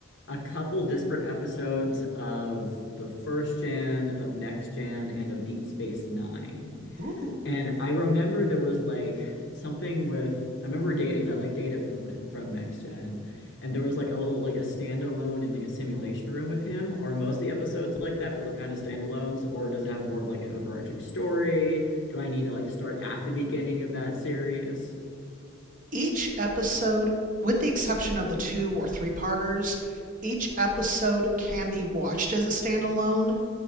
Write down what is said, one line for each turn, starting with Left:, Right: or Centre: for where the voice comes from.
Left: a couple disparate episodes of the first gen, of next gen, and of Deep Space Nine.
Right: Ooh.
Left: And I remember there was like something with I remember Data because I like Data from Ne- from Next Gen, and there was like a little like a standalone in like a simulation room with him. Are most of the episodes like that where they're kind of standalones, or does it have more of like an overarching story? Do I need to like start at the beginning of that series?
Right: Each episode, with the exception of the two or three parters, each episode can be watched as a standalone.